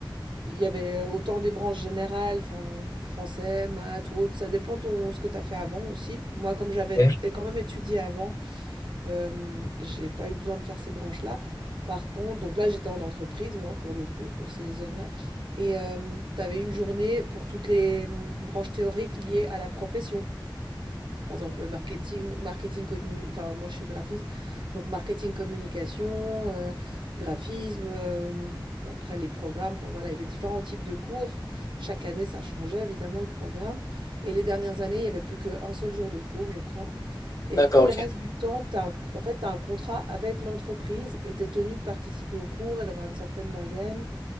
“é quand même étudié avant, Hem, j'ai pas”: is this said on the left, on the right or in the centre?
Right